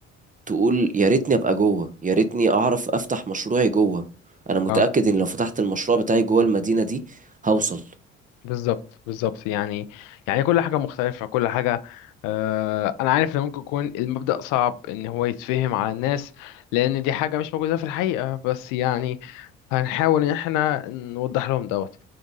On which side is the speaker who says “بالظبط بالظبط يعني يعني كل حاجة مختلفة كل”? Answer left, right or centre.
Left